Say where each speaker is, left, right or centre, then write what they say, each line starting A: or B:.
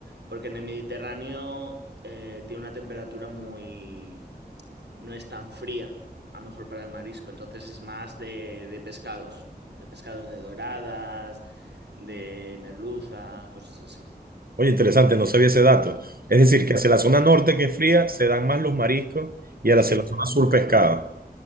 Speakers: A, on the right (about 85°); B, on the right (about 60°).
A: porque en el Mediterráneo eh, tiene una temperatura muy, no es tan fría, a lo mejor para el marisco, entonces es más de, de pescados, de pescados de doradas, de merluza, cosas así.
B: Oye, interesante, no sabía ese dato. Es decir,
A: Sí.
B: que hacia la zona norte que es fría, se dan más los mariscos y hacia
A: Sí,
B: la zona sur pescado.